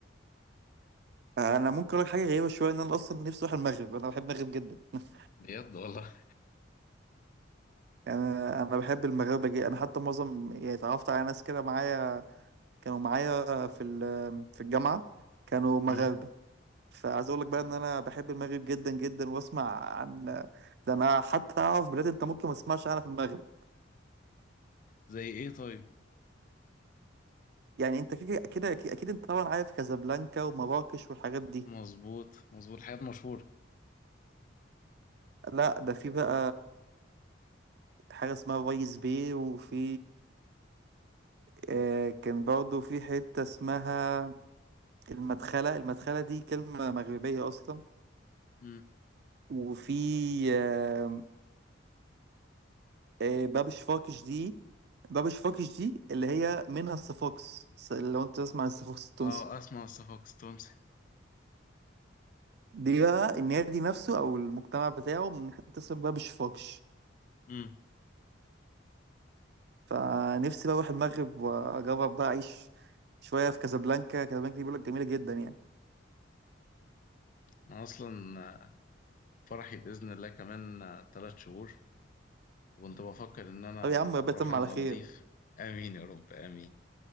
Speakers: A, on the right (about 55°); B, on the left (about 40°).
A: انا ممكن اقول لك حاجه غريبه شويه ان انا اصلا نفسي اروح المغرب انا بحب المغرب جدا <laughs>
B: بجد والله
A: يعني انا أنا بحب المغاربه جدا انا حتى معظم يعني اتعرفت على ناس كده معايا كانوا معايا في ال- في الجامعه كانوا مغاربه
B: امم
A: فعايز اقول لك بقى ان انا بحب المغرب جدا جدا واسمع عن ده انا حتى اعرف بلاد انت ممكن ما تسمعش عنها في المغرب
B: زي إيه طيب
A: يعني انت كده كده اكيد أكيد انت طبعا عارف كازابلانكا ومراكش والحاجات دي
B: مظبوط مظبوط حاجات مشهورة
A: لا ده في بقى حاجة اسمها فايس باي وفي آه كان برضه في حتة اسمها المدخلة المدخلة دي كلمة مغربية أصلا
B: امم
A: وفي آه آه باب شفاكش دي باب شفاكش دي اللي هي منها الصفاقس س- لو انت تسمع عن الصفاقس التونسي
B: اه اسمع مصطفى قسطنطي
A: دي بقى النادي نفسه أو المجتمع بتاعه من حتة اسمها باب شفاكش
B: امم
A: فنفسي بقى اروح المغرب واجرب بقى اعيش شويه في كازابلانكا كازابلانكا دي بيقول لك جميله جدا يعني
B: انا اصلا آه، فرحي باذن الله كمان آه، تلات شهور وكنت بفكر ان انا
A: طب يا عم ربنا
B: اروح
A: يتم
B: المالديف
A: على خير
B: امين يا رب امين